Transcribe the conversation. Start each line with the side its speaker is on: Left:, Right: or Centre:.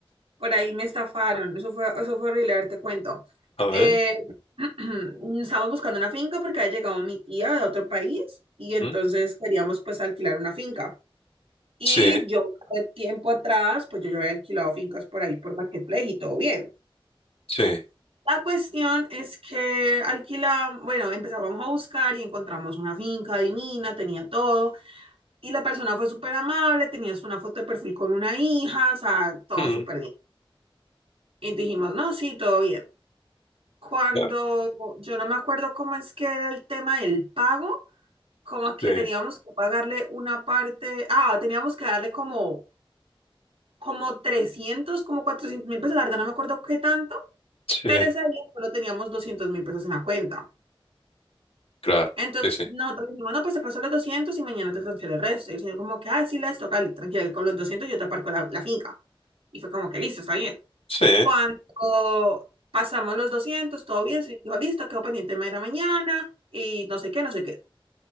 Right: Por ahí me estafaron. Eso fue, eso fue horrible, a ver, te cuento.
Left: a ver.
Right: Eh, <clears throat> estábamos buscando una finca porque había llegado mi tía de otro país y entonces
Left: mm,
Right: queríamos pues alquilar una finca. Y
Left: Sí,
Right: yo, hace tiempo atrás, pues yo ya había alquilado fincas por ahí, por Marketplace y todo bien.
Left: sí.
Right: La cuestión es que alquilamos, bueno, empezábamos a buscar y encontramos una finca divina, tenía todo. Y la persona fue súper amable, tenías una foto de perfil con una hija, o sea, todo
Left: mm,
Right: súper bien. Y dijimos, no, sí, todo bien. Cuando
Left: claro.
Right: yo no me acuerdo cómo es que era el tema del pago, como que
Left: Sí,
Right: teníamos que pagarle una parte, ah, teníamos que darle como como 300 como cuatrocientos mil pesos, la verdad no me acuerdo qué tanto,
Left: sí,
Right: pero ese día solo teníamos doscientos mil pesos en la cuenta.
Left: claro.
Right: Entonces
Left: Sí, sí.
Right: nosotros dijimos, no, pues te paso los 200 y mañana te transfiero el resto. Y el señor como que, ah, sí, las toca, tranquila, que con los 200 yo te aparco la, la finca. Y fue como que, listo, está bien.
Left: Sí,
Right: Cuando pasamos los 200 todo bien, se dijo, listo, quedó pendiente de ir a mañana y no sé qué, no sé qué.